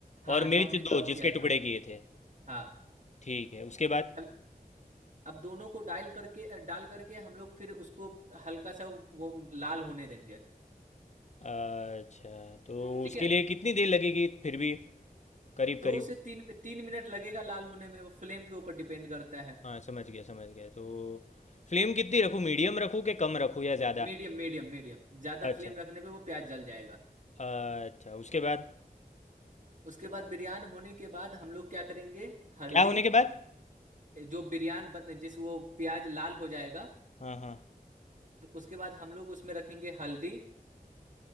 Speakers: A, on the right; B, on the left.
A: हाँ
B: और
A: जो
B: मिर्च
A: हमने चॉप
B: दो जिसके
A: किया था
B: टुकड़े किए थे
A: हाँ
B: ठीक है उसके बाद
A: अब अब दोनों को डाल करके डाल करके हम लोग फिर उसको हल्का सा वो लाल होने देंगे
B: अच्छा तो
A: ठीक
B: उसके
A: है
B: लिए कितनी देर लगेगी फिर भी करीब
A: दो
B: करीब
A: से तीन तीन मिनट लगेगा लाल होने में वो फ्लेम के ऊपर डिपेंड करता है
B: हाँ समझ गया समझ गया तो फ्लेम कितनी रखूँ मीडियम रखूँ कि कम रखूँ या ज़्यादा
A: मीडियम मीडियम मीडियम ज्यादा
B: अच्छा
A: फ्लेम रखने पे वो प्याज जल जाएगा
B: अच्छा उसके बाद
A: उसके बाद बिरयान होने के बाद हम लोग क्या करेंगे हल्दी
B: क्या होने के बाद
A: जो बिरयान बन जिस वो प्याज लाल हो जाएगा
B: हाँ हाँ
A: तो उसके बाद हम लोग उसमें रखेंगे हल्दी